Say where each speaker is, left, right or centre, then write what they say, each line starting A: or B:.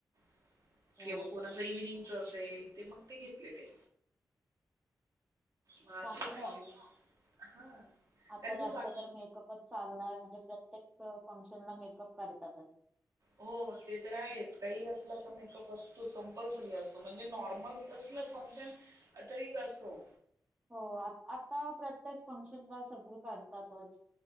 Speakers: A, on the right; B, on the right.
A: <inaudible>
B: हो
A: किंवा कोणाचं इव्हिनिंगच असेल ते मग ते घेतलेले. मग
B: चांगलं
A: असं नाही
B: आहे.
A: की हा
B: आता
A: कारण की
B: जास्त
A: वा
B: तर मेकअपच- चांगलंय. म्हणजे प्रत्येक फंक्शनला मेकअप करतातच.
A: हो ते तर आहेच. काही असल का मेकअप असतोच कंपल्सरी असतो म्हणजे नॉर्मल- कसलं फंक्शन तरी असतो.
B: हो आता प्रत्येक फंक्शनला सगळे करतातच.